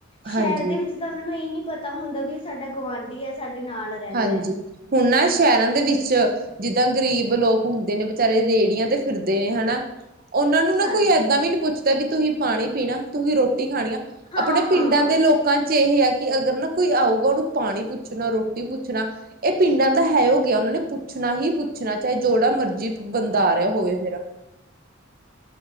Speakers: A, on the left; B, on the right.
A: ਸ਼ੈਰ
B: ਹਾਂਜੀ
A: ਦੇ ਵਿੱਚ ਚ ਤਾਂ ਉਨਾਂ ਨੂੰ ਏ ਈ ਨੀ ਪਤਾ ਹੁੰਦਾ ਵੀ ਆ ਸਾਡਾ ਗੁਆਂਢੀ ਐ ਸਾਡੇ ਨਾਲ ਰਹਿੰਦਾ
B: ਹਾਂਜੀ,
A: ਹੈ
B: ਹੁਣ ਨਾ ਸ਼ੈਰਾਂ ਦੇ ਵਿੱਚ ਜਿੱਦਾਂ ਗ਼ਰੀਬ ਲੋਕ ਹੁੰਦੇ ਨੇ ਵਿਚਾਰੇ ਰੇੜੀਆਂ ਤੇ ਫਿਰਦੇ ਨੇ ਹਨਾ ਓਨਾਂ ਨੂੰ ਨਾ
A: ਹਾਂਜੀ
B: ਕੋਈ ਏਦਾਂ ਵੀ ਨੀ ਪੁੱਛਦਾ ਵੀ ਤੁਹੀ ਪਾਣੀ ਪੀਣਾ, ਤੁਹੀ ਰੋਟੀ ਖਾਣੀ ਆ
A: ਹਾਂ
B: ਆਪਣੇ ਪਿੰਡਾਂ
A: ਹਾਂ
B: ਦੇ ਲੋਕਾਂ ਚ ਏਹ ਆ ਕੀ ਅਗਰ ਨਾ ਕੋਈ ਆਊਗਾ ਉਨੂੰ ਪਾਣੀ ਪੁੱਛਣਾ, ਰੋ ਟੀ ਪੁੱਛਣਾ ਏ ਪਿੰਡਾਂ ਦਾ ਹੈ ਓ ਗਿਆ ਉਨਾਂ ਨੇ ਪੁੱਛਣਾ ਹੀ ਪੁੱਛਣਾ ਚਾਹੇ ਜੋੜਾ ਮਰਜ਼ੀ ਬੰਦਾ ਰਿਆ ਹੋਵੇ ਫੇਰ